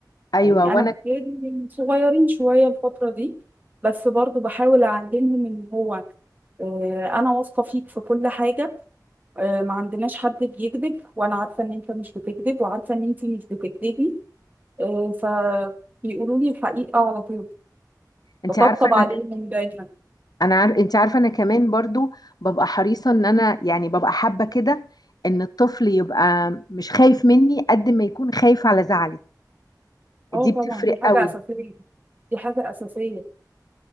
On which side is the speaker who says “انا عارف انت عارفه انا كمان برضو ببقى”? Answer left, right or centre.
Left